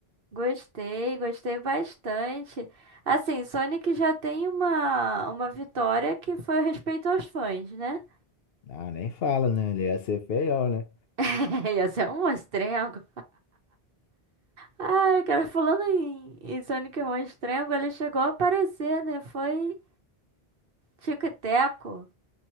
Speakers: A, on the right (about 60°); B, on the left (about 70°).
A: Gostei, gostei bastante. Assim, Sonic já tem uma, uma vitória que foi o respeito aos fãs, né?
B: Ah, nem fala, né? Ele ia ser feião, né?
A: <laughs> Ia ser um monstrengo. Ai, cara, falando em, em Sonic Monstrengo, ele chegou a aparecer, né? Foi Tico e Teco.